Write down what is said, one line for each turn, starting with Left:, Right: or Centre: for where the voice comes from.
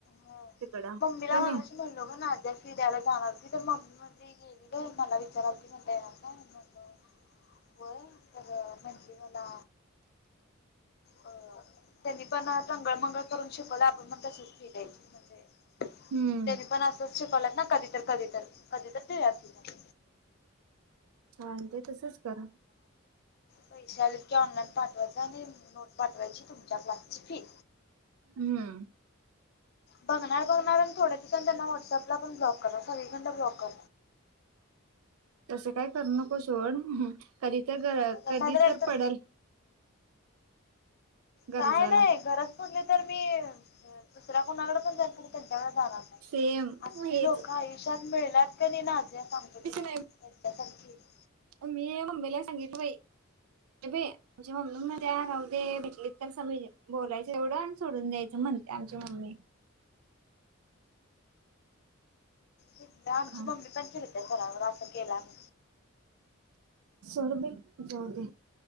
Left: हा
Right: तिकडं
Left: मम्मीला
Right: का
Left: मागाशी
Right: नाही
Left: म्हणलो नाजीया फि द्यायला जाणार ती तर मम्मी म्हणजे गेलीलं मला विचाराती म्हणता म्हणलं होय तर म्हटली मला अ त्यांनी पण टंगळ मंगळ करून शिकवलं आपण पण तसच फि द्यायची म्हणजे
Right: हम्म
Left: त्यानी पण असं शिकवल्यात ना कधी तर कधी तर कधी तर देऊयाकी मग
Right: हा ते तसच कर.
Left: पैसे आले की ऑनलाइन पाठवायच आणि नोट पाठवायची तुमच्या क्लासची फी
Right: हम
Left: बघणार बघणार आणि थोड्या दिवसांनी त्यांना व्हॉट व्हॉट्सअँप ला पण ब्लॉक करा सगळीकढण ब्लॉक कर
Right: तसं काय करू नको सोड कधी तर
Left: नाहीतर
Right: कधी
Left: एकतर
Right: तर पडल गरजाला
Left: काय नाही गरज पडली तर मी दुसऱ्या कोणाकडे पण जाईल खरं तेच्याकड जाणार नाही
Right: सेम
Left: आसली
Right: हेच
Left: लोक आयुष्यात मिळल्यांत कायनी माझ्या सांगतो तुला
Right: नाही
Left: तेच्या सारखं <inaudible>
Right: मी मम्मीला सांगितलं बाई नाही बाई आमची मम्मी महत्या राहूदे भेटली तर समोर बोलायचं एवढं आणि सोडून द्यायचं म्हणत्या आमची मम्मी
Left: तेच आमची
Right: हा
Left: मम्मी पण त्या सरांवर आसं केला म
Right: सर बाई जाऊदे